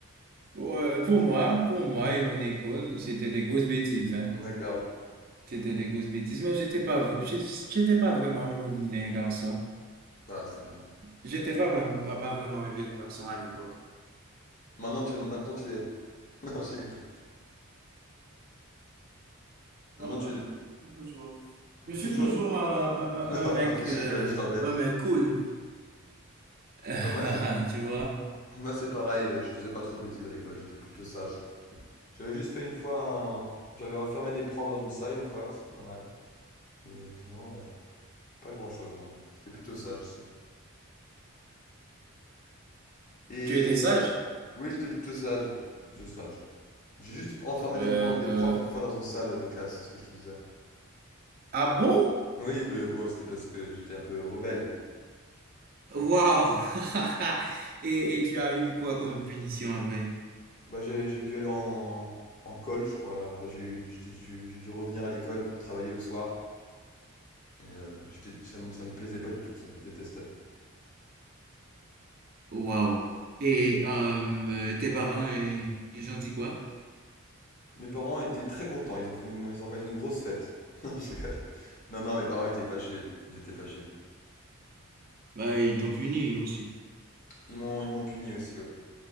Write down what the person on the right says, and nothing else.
Pour, euh, pour moi, pour moi et mon école, c'était des grosses bêtises, hein.
C'était des grosses bêtises, mais j'étais pas, v- j'ai- j'étais pas vraiment un vilain garçon.
J'étais pas, vraiment- pas, pas vraiment un vilain garçon à l'époque.
Non,
euh,
je suis toujours, je suis
toujours
un, un-
un- un mec,
euh,
un mec cool. <laughs>
Tu vois?
Tu étais
sage?
Euh,
ben,
ah bon?
Waouh! <laughs> Et, et tu as eu quoi comme punition après?
Waouh. Et euh, tes parents, euh, ils ont dit quoi?
Bah, ils t'ont puni aussi.